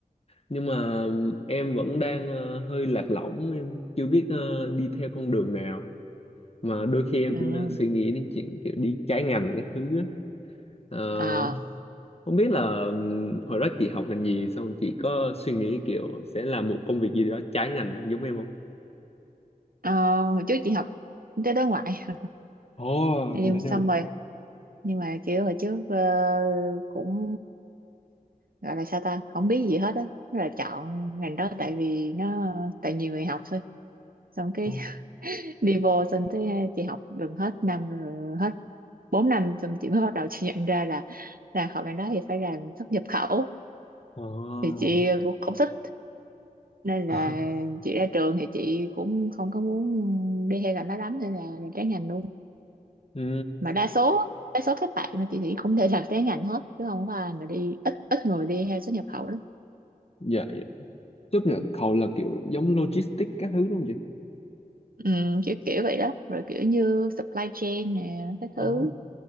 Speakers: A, on the left (about 40°); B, on the right (about 75°).
A: Nhưng mà ừm, em vẫn đang ờ, hơi lạc lõng, em chưa biết ờ, đi theo con đường nào. Mà đôi khi em
B: ừ,
A: cũng đang suy nghĩ đến chuyện kiểu đi trái ngành các thứ á. Ờ,
B: à,
A: không biết là ừm, hồi đó chị học ngành gì xong chị có suy nghĩ kiểu sẽ làm một công việc gì đó trái ngành giống em không?
B: ờ, hồi trước chị học kinh tế đối ngoại,
A: Ồ,
B: em
A: kinh tế
B: xong rồi, nhưng mà kiểu hồi trước ờ, cũng ừ, gọi là sao ta, không biết gì hết á, là chọn ngành đó tại vì nó tại nhiều người học thôi, xong cái
A: đâu.
B: <laughs> đi vô xong tới chị học gần hết năm rồi, hết 4 năm xong chị mới bắt đầu chị nhận ra là là học ngành đó thì phải làm xuất nhập khẩu,
A: Ồ,
B: thì chị cũng không thích nên là
A: <laughs>
B: chị ra trường thì chị cũng không có muốn đi theo ngành đó lắm nên là làm trái ngành luôn
A: ừ,
B: mà đa số đa số các bạn mà chị nghĩ cũng đều làm trái ngành hết chứ không có ai mà đi ít ít người đi theo xuất nhập khẩu lắm
A: dạ, dạ. Tức là cậu là kiểu giống logistics các thứ đúng không chị?
B: ừ, kiểu kiểu vậy đó rồi kiểu như supply chain nè cái
A: Ồ,
B: thứ